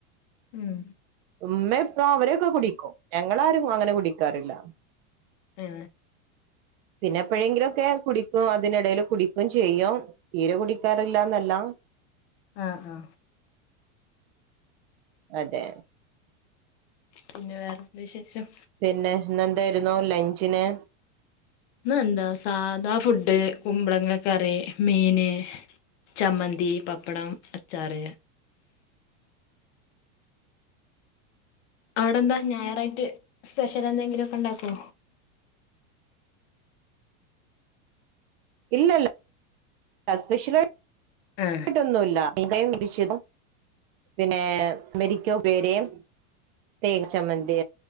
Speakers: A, on the left (about 55°); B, on the right (about 50°).
A: മ്
B: ഉമ്മ ഇപ്പ അവരൊക്കെ കുടിക്കും ഞങ്ങളാരും അങ്ങനെ കുടിക്കാറില്ല
A: ഹേ
B: പിന്നെ എപ്പോഴെങ്കിലുംക്കെ കുടിക്കും അതിനിടൽ കുടിക്കും ചെയ്യും തീരെ കുടിക്കാറില്ലന്നല്ല
A: ആ ഹാ
B: അതെ
A: പിന്നെ വേറെ എന്ത്‌ വിശേഷം
B: പിന്നെ ഇന്നെന്തായിരുന്നു ലഞ്ചിന്
A: ഇന്ന് എന്താ സാധാ ഫുഡ് കുമ്പളങ്ങ കറി മീന് ചമ്മന്തി, പാപ്പടം, അച്ചാർ അവിടെന്താ ഞായറായിട്ട് സ്പെഷ്യൽ എന്തെങ്കിലുമ ഒക്കെ ഉണ്ടാകോ
B: ഇല്ലല്ല് പെഷല
A: ആഹ്
B: ട്ടൊന്നുല്ല യെണ്ടേലും വിശ പിന്നെ മെരിക്കോ ഉപേരിയും തേങ് ചമ്മന്തി